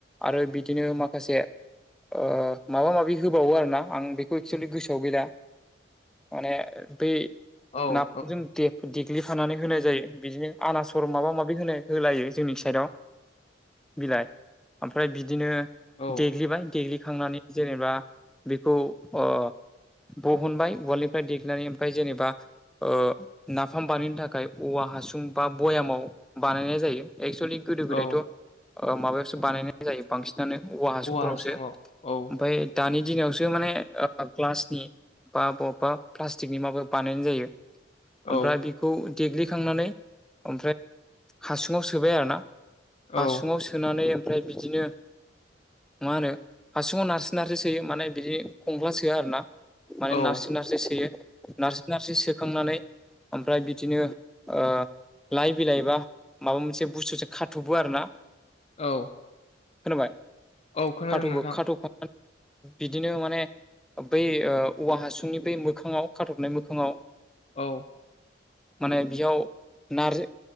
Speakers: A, in the centre; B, on the left.
A: आरो बि दिनो माखासे ओ माबा माबि होबावो आरोना आं बेखौ एक्सुयेलि गोसोआव गैला माने बै
B: औ
A: नाफोरजों दे देग्लिफानानै होनाय जायो बिदिनो आनासर माबा माबि होनाय होलायो जोंनि साइडआव बिलाइ ओमफ्राय बिदिनो
B: औ
A: देग्लिबाय देग्लिखांनानै जेनेबा बेखौ ओ बहनबाय उवालनिफ्राय देग्लिनानै ओमफाय जेनेबा ओ नाफाम बानायनो थाखाय औवा हासुं बा बयामाव बानायनाय जायो। एक्सुलि गोदो गोदायथ'
B: औ
A: ओ माबायावसो बानायनाय जायो बांसिन दानो औवा हासुंफोरावसो
B: हासुङाव औ
A: ओमफाय दानि दिनावसो माने ओ ग्लासनि बा बबा प्लास्टिकनि माबा बानायनाय जायो। ओमफ्राय
B: औ
A: बेखौ देग्लिखांनानै ओमफ्राय हासुङाव सोबाय आरोना
B: औ
A: हासुङाव सोनानै ओमफ्राय बिदिनो मा होनो हासुङाव नारसो नारसो सोयो माने बिदि खंख्ला सोआ आरोना माने
B: औ
A: नारसो नारसो सोयो नारसो नारसो सोखांनानै ओमफ्राय बिदिनो ओ लाइ बिलाइ बा माबा मोनसे बुस्थुसो खाथ'बो आरो ना
B: औ
A: खोनाबाय
B: औ खोनादों
A: खाथ'बो
B: नोंथां
A: खाथ' <inaudible> बिदिनो माने बै ओ औवा हासुंनि बै मोखाङाव खाथबनाय मोखाङाव
B: औ
A: माने बेयाव नारजो